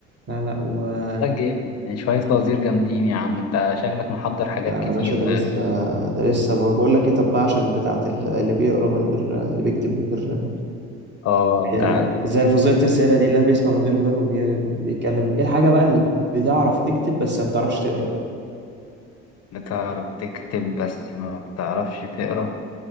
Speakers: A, on the right; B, on the left.
A: لا لا و آه،
B: ده جامد يعني شويه فوازير جامدين يا عم انت شكلك محضر حاجات
A: يا
B: كتير
A: باشا ده
B: بقى
A: لسه ده لسه بقول لك ايه طب بقى عشان بتاعت ال- اللي بيقرا من غير اللي بيكتب من غير
B: اه
A: يعني
B: بتاعت
A: زي الفظيعة الأسئلة دي اللي بيسمع من غير ودان وبيتكلم إيه الحاجة بقى اللي بتعرف تكتب بس ما بتعرفش تقرا
B: بتعرف تكتب بس ما بتعرفش تقرا